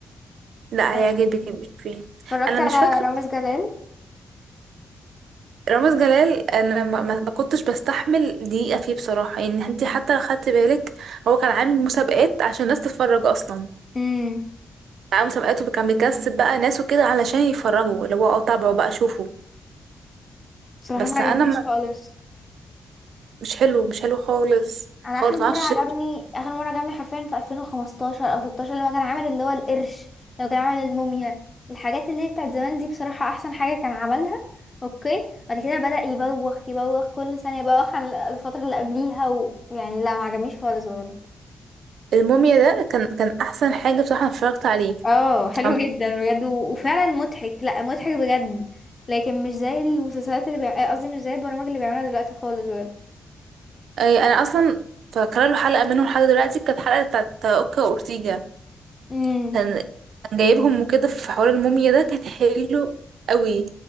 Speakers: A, on the right; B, on the left.
A: لا
B: بس
A: هيعجبك مش فيه
B: اتفرجت
A: انا
B: على
A: مش فاكره
B: رامز جلال
A: رامز جلال انا ما, ما ما كنتش بستحمل دقيقه فيه بصراحه يعني انت حتى لو خدت بالك هو كان عامل مسابقات عشان الناس تتفرج اصلا
B: امم
A: عامل مسابقات وكان بيكسب بقى ناس وكده علشان يتفرجوا اللي هو اه تابعوا بقى شوفوا
B: بصراحة
A: بس
B: ما عجبنيش
A: انا ما
B: خالص
A: مش حلو مش حلو خالص
B: انا
A: خالص
B: اخر مره
A: معرفش
B: عجبني اخر مره عجبني حرفيا في 2015 او 16 لما كان عامل اللي هو القرش لو كان عامل الموميا الحاجات اللي هي بتاعت زمان دي بصراحه احسن حاجه كان عملها اوكي بعد كده بدأ يبوخ يبوخ كل سنه يبوخ عن الفتره اللي قبليها ويعني لا ما عجبنيش خالص بجد
A: الموميا ده كان كان احسن حاجه بصراحه انا اتفرجت عليه
B: اه حلو
A: كان-
B: جدا بجد و... وفعلا مضحك لا مضحك بجد لكن مش زي المسلسلات اللي بيع... آه، قصدي مش زي البرامج اللي بيعملها دلوقتي خالص بجد
A: أي- انا اصلا فاكره له حلقه منه لحد دلوقتي كانت حلقه بتاعت اوكا واورتيجا
B: امم
A: كان كان جايبهم وكده في حوار الموميا ده كان حلو قوي